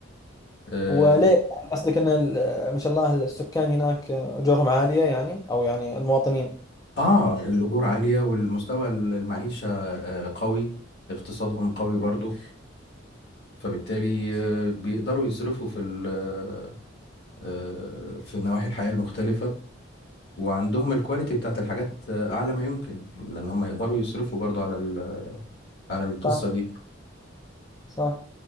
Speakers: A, on the left; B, on the left.
A: اه
B: وليه قصدك ان ال- ما شاء الله السكان هناك اجورهم عاليه يعني او يعني المواطنين
A: آه، الاجور عالية والمستوى المعيشة آه قوي اقتصادهم قوي برضو فبالتالي آه، بيقدروا يصرفوا في ال- آه، آه، في نواحي الحياة المختلفة وعندهم الكواليتي بتاعت الحاجات آه، أعلى ما يمكن لأن هم يقدروا يصرفوا برضو على ال- على القصة
B: صح
A: دي
B: صح